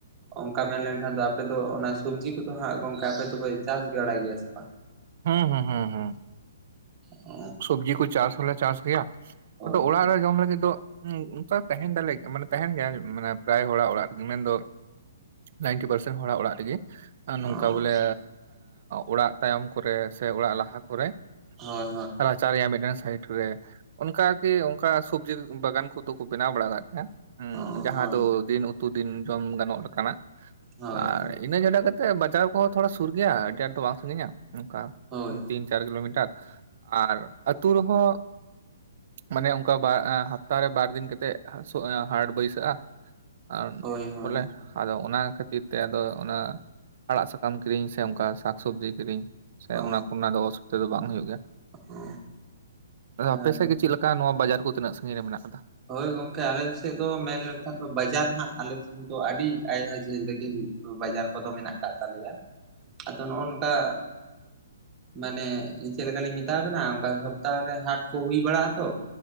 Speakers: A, on the right; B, on the right.
A: ᱚᱱᱠᱟ ᱢᱮᱱᱞᱮᱱᱠᱷᱟᱱ ᱫᱚ ᱟᱯᱮ ᱫᱚ ᱚᱱᱟ ᱥᱚᱵᱡᱤ ᱠᱚᱫᱚ ᱦᱟᱸᱜ ᱜᱚᱝᱠᱮ ᱟᱯᱮ ᱫᱚᱯᱮ ᱪᱟᱥ ᱵᱟᱲᱟᱭ ᱜᱮᱭᱟ ᱥᱮ ᱵᱟᱝ
B: ᱦᱩᱸ ᱦᱩᱸ ᱦᱩᱸ ᱦᱩᱸ
A: ᱚ
B: ᱥᱚᱵᱽᱡᱤ ᱠᱚ ᱪᱟᱥ ᱦᱚᱞᱮ ᱪᱟᱥ ᱜᱮᱭᱟ
A: ᱦᱳᱭ
B: ᱟᱫᱚ ᱚᱲᱟᱜ ᱨᱮ ᱡᱚᱢ ᱞᱟᱹᱜᱤᱫ ᱫᱚ ᱦᱮᱸ ᱚᱱᱠᱟ ᱛᱟᱦᱮᱱ ᱫᱟᱞᱮ ᱢᱟᱱᱮ ᱛᱟᱦᱮᱱ ᱜᱮᱭᱟ ᱢᱟᱱᱮ ᱯᱟᱨᱟᱭ ᱦᱚᱲᱟᱜ ᱚᱲᱟᱜ ᱨᱮᱜᱮ ᱢᱮᱱᱫᱚ ᱱᱟᱭᱤᱱᱴᱤ ᱯᱟᱨᱥᱮᱱᱴ ᱦᱚᱲᱟᱜ ᱚᱲᱟᱜ ᱨᱮᱜᱮ ᱱᱚᱝᱠᱟ
A: ᱚ
B: ᱵᱚᱞᱮ ᱚᱲᱟᱜ ᱛᱟᱭᱚᱢ ᱠᱚᱨᱮ ᱥᱮ ᱚᱲᱟᱜ ᱞᱟᱦᱟ ᱠᱚᱨᱮ
A: ᱦᱳᱭ ᱦᱳᱭ
B: ᱪᱟᱨ ᱨᱮᱭᱟᱜ ᱢᱤᱫᱴᱮᱱ ᱥᱟᱭᱤᱴ ᱨᱮ ᱚᱱᱠᱟ ᱟᱨᱠᱤ ᱚᱱᱠᱟ ᱥᱚᱵᱡᱤ ᱵᱟᱜᱟᱱ ᱠᱚᱫᱚ ᱠᱚ ᱵᱮᱱᱟᱣ ᱵᱟᱲᱟ ᱠᱟᱫ ᱜᱮᱭᱟ
A: ᱦᱳᱭ
B: ᱡᱟᱦᱟᱸ ᱫᱚ ᱫᱤᱱ ᱩᱛᱩ ᱫᱤᱱ ᱡᱚᱢ ᱜᱟᱱᱚᱜ ᱞᱮᱠᱟᱱᱟᱜ
A: ᱦᱳᱭ
B: ᱟᱨ
A: ᱚ ᱦᱳᱭ
B: ᱤᱱᱟᱹ ᱪᱷᱟᱰᱟ ᱠᱟᱛᱮᱫ ᱵᱟᱡᱟᱨ ᱠᱚᱦᱚᱸ ᱛᱷᱚᱲᱟ ᱥᱩᱨ ᱜᱮᱭᱟ ᱟᱹᱰᱤ ᱟᱸᱴ ᱫᱚ ᱵᱟᱝ ᱥᱟᱹᱜᱤᱧᱟ ᱚᱱᱠᱟ
A: ᱦᱳᱭ ᱦᱳᱭ ᱦᱳᱭ
B: ᱛᱤᱱ ᱪᱟᱨ ᱠᱤᱞᱳᱢᱤᱴᱟᱨ ᱟᱨ ᱟᱹᱛᱩ ᱨᱮᱦᱚᱸ ᱢᱟᱱᱮ ᱚᱱᱠᱟ ᱵᱟᱨ ᱦᱟᱯᱛᱟᱨᱮ ᱵᱟᱨᱫᱤᱱ ᱠᱟᱛᱮᱫ ᱦᱟᱴ ᱵᱟᱹᱭᱥᱟᱹᱜᱼᱟ ᱟᱨ
A: ᱦᱳᱭ ᱦᱳᱭ
B: ᱵᱚᱞᱮ ᱟᱫᱚ ᱚᱱᱟ ᱠᱷᱟᱹᱛᱤᱨ ᱠᱷᱟᱹᱛᱤᱨ ᱛᱮ ᱟᱫᱚ ᱚᱱᱟ ᱟᱲᱟᱜ ᱥᱟᱠᱟᱢ ᱠᱤᱨᱤᱧ ᱥᱮ ᱚᱱᱠᱟ ᱥᱟᱠᱥᱚᱵᱽᱡᱤ ᱠᱤᱨᱤᱧ ᱥᱮ
A: ᱚ
B: ᱚᱱᱟ ᱠᱚᱱᱟᱜ ᱫᱚ ᱚᱥᱩᱵᱤᱫᱷᱟ ᱫᱚ ᱵᱟᱝ ᱦᱩᱭᱩᱜ ᱜᱮᱭᱟ
A: ᱚ
B: ᱟᱫᱚ
A: ᱛᱟᱦᱚᱞᱮ
B: ᱟᱯᱮᱥᱮᱫ ᱜᱮ ᱪᱮᱫ ᱞᱮᱠᱟ ᱱᱚᱣᱟ ᱵᱟᱡᱟᱨ ᱠᱚ ᱛᱤᱱᱟᱹᱜ ᱥᱟᱺᱜᱤᱧ ᱨᱮ ᱢᱮᱱᱟᱜ ᱟᱠᱟᱫᱟ
A: ᱦᱳᱭ ᱜᱚᱝᱠᱮ ᱟᱞᱮ ᱥᱮᱫ ᱫᱚ ᱢᱮᱱ ᱞᱮᱱᱠᱷᱟᱱ ᱫᱚ ᱵᱟᱡᱟᱨ ᱦᱟᱸᱜ ᱟᱞᱮᱥᱮᱫ ᱫᱚ ᱟᱹᱰᱤ ᱟᱭᱢᱟ ᱡᱷᱟᱹᱞ ᱨᱮᱜᱮ ᱦᱩᱭᱩᱜ ᱵᱟᱡᱟᱨ ᱠᱚᱫᱚ ᱢᱮᱱᱟᱜ ᱠᱟᱜ ᱛᱟᱞᱮᱭᱟ ᱟᱫᱚ ᱱᱚᱜᱼᱚ ᱱᱚᱝᱠᱟ ᱢᱟᱱᱮ ᱪᱮᱫ ᱞᱮᱠᱟᱞᱤᱧ ᱢᱮᱛᱟᱣᱟᱵᱮᱱᱟ ᱚᱱᱠᱟ ᱥᱚᱯᱛᱟᱦ ᱨᱮ ᱦᱟᱴ ᱠᱚ ᱦᱩᱭ ᱵᱟᱲᱟᱜ ᱟᱛᱚ